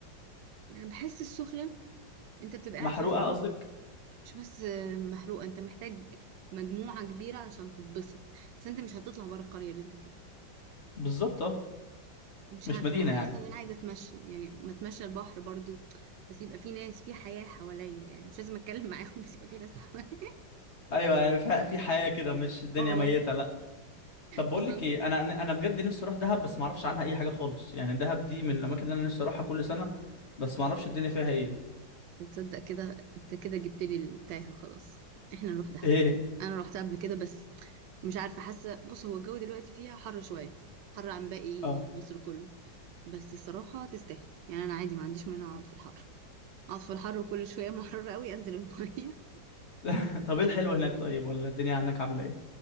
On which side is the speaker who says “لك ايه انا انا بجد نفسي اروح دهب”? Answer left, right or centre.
Left